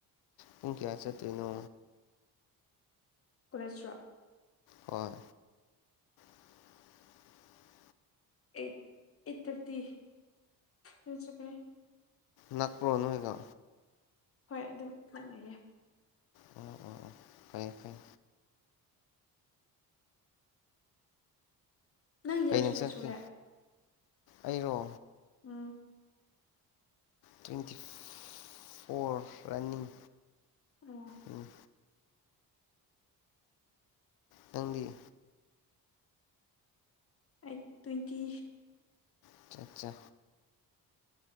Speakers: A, on the left; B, on the left.
A: ꯄꯨꯡ ꯀꯌꯥ ꯆꯠꯇꯣꯏꯅꯣ
B: ꯀꯣꯂꯦꯁꯇ꯭ꯔꯣ
A: ꯍꯣꯏ <inaudible>
B: ꯑꯦꯠ ꯑꯦꯠ ꯊꯥꯔꯇꯤ ꯗꯨ ꯆꯠꯀꯅꯤ
A: ꯅꯥꯛꯄ꯭ꯔꯣ ꯅꯣꯏꯒ
B: ꯍꯣꯏ ꯑꯗꯨꯝ ꯅꯛꯅꯩꯌꯦ
A: ꯎꯝ ꯎꯝ ꯐꯩ ꯐꯩ
B: ꯅꯪ ꯌꯥꯔꯁ
A: ꯀꯩꯅ
B: ꯀꯌꯥ
A: ꯆꯠꯀꯦ
B: ꯁꯨꯔꯦ
A: ꯑꯩꯔꯣ
B: ꯑꯥ
A: ꯇ꯭ꯋꯦꯟꯇꯤ ꯐꯣꯔ ꯔꯟꯅꯤꯡ
B: ꯑꯣ
A: ꯎꯝ ꯅꯪꯗꯤ
B: ꯑꯩꯠ ꯇ꯭ꯋꯦꯟꯇꯤ
A: ꯑꯠꯆꯥ ꯆꯥ